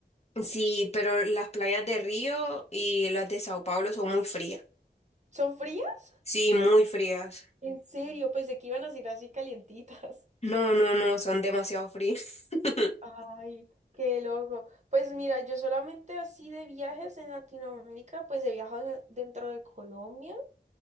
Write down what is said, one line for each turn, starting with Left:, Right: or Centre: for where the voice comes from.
Left: sí, pero las playas de Río y las de Sao Paulo son muy frías.
Right: ¿Son frías?
Left: Sí, muy frías.
Right: En serio, pensé que iban a ser así calientitas.
Left: No, no, no, son demasiado frías. <laughs>
Right: <laughs> Ay, qué loco. Pues mira, yo solamente así de viajes en Latinoamérica, pues he viajado en- dentro de Colombia.